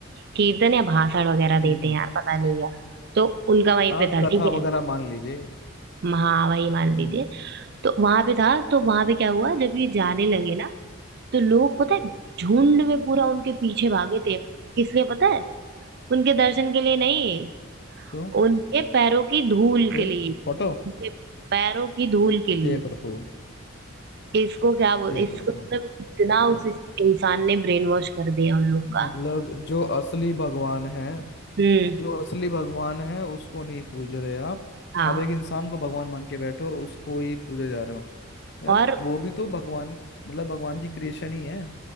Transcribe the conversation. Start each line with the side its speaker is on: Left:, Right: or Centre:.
Right: कीर्तन या भाषण वगैरह देते
Left: हम्म हम्म
Right: हैं यार पता नहीं क्या तो उनका वहीं
Left: हाँ
Right: पे था
Left: कथा
Right: ठीक है
Left: वगैरह मान लीजिए
Right: हाँ वही मान लीजिए
Left: हम्म
Right: तो वहां पे था तो वहां पे क्या हुआ जब ये जाने लगे ना तो लोग पता है झुंड में पूरा उनके पीछे भागे थे किस लिए पता है उनके दर्शन के लिए नहीं
Left: क्यों
Right: उनके पैरों की धूल
Left: फिर
Right: के लिए
Left: फोटो
Right: उनके पैरों की धूल के लिए
Left: हे प्रभु
Right: इसको क्या बोल
Left: हे
Right: इसको
Left: प्रभु
Right: मतलब इतना
Left: बताओ
Right: उस इंसान ने ब्रेन वॉश कर दिया उन लोग का
Left: मतलब जो असली भगवान है
Right: हम्म
Left: जो असली भगवान है उसको नहीं पूज रहे आप
Right: हाँ
Left: आप एक इंसान को भगवान मान के बैठे हो और उसको ही पूजे जा रहे हो यार
Right: और
Left: वो भी तो भगवान मतलब भगवान की क्रिएशन ही है